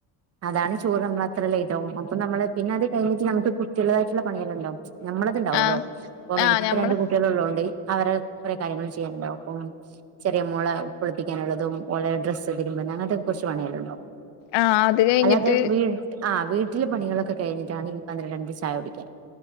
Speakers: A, on the right; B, on the left.
A: അതാണ് ചോറ് നമ്മൾ അത്രല്ല ഇതാവും അപ്പ നമ്മള് പിന്നെ അത് കഴിഞ്ഞിട്ട് നമുക്ക് കുട്ട്യാ ള്ളതായിട്ടുള്ള പണികള ഉണ്ടാവും നമ്മളത്ണ്ടാവല്ലോ
B: ആഹ്
A: അപ്പം
B: ആഹ്
A: എനിക്കിപ്പ
B: ഞമ്മള്
A: രണ്ട് കുട്ടികള ഉള്ളത്ോണ്ട് അവരെ കൊറെേ കാര്യങ്ങൾ ചെയ്യാനുണ്ടാവും അപ്പം ചെറിയ മുള പൊളിപ്പിക്കാനുള്ളതും വളരെ ഡ്രസ്സ് ഇതിരുമ്പ അങ്ങനത്തെക്ക കുറച്ച്പണാലും ണ്ടാവും
B: ആഹ് അത് കഴിഞ്ഞിട്ട്
A: അല്ലാതെ വീട് ആ വീട്ടില് പണികളൊക്കെ കഴിട്ടാണ് ഇപ്പ പന്ത്രണ്ട് മണിക്ക് ചായ കുടിക്ക